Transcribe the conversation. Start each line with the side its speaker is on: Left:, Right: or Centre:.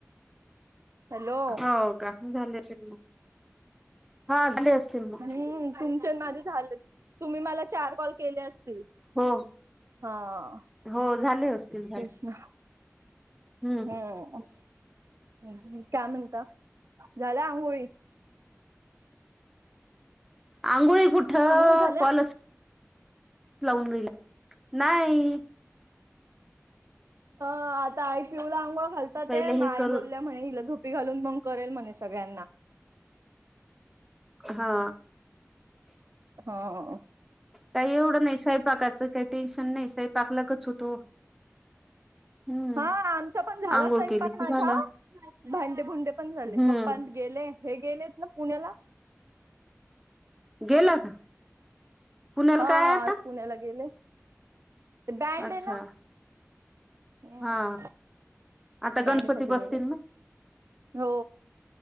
Right: हॅलो
Centre: हो का? झाले असेल मग. हा झाले असतील मग
Right: आणि तुमचे आणि माझे झालेत. तुम्ही मला चार कॉल केले असतील.
Centre: हो
Right: हा.
Centre: हो झाले असतील.
Right: तेच ना
Centre: हम्म
Right: हम्म काय म्हणता, झाल्या आंघोळी?
Centre: आंघोळी कुठ
Right: आंघोळ झाल्या
Centre: कॉलच लावून राहिली. नाही
Right: हो आता आई पिऊला आंघोळ घालतात
Centre: पहिले
Right: ये, मग
Centre: हे
Right: आई
Centre: करून
Right: बोलल्या म्हणे हिला झोपी घालून मग करेल म्हणे सगळ्यांना.
Centre: हा.
Right: हो.
Centre: काही एवढं नाही, सईपाकाचं काही टेन्शन नाही, सईपाक लगेच होतो. हम्म
Right: हा आमचा पण झाला
Centre: आंघोळ
Right: स्वयंपाक
Centre: केली की
Right: माझा
Centre: झालं
Right: भांडे भुंडे पण झाले
Centre: हम्म
Right: पप्प. गेले हे गेलेत ना पुण्याला.
Centre: गेला का. पुण्याला
Right: हा
Centre: काय आता
Right: आज पुण्याला गेले. ते बँड
Centre: अच्छा
Right: हे ना हम्म
Centre: हा आता
Right: बँडसाठी
Centre: गणपती बसतील
Right: गेलेत.
Centre: ना
Right: हो.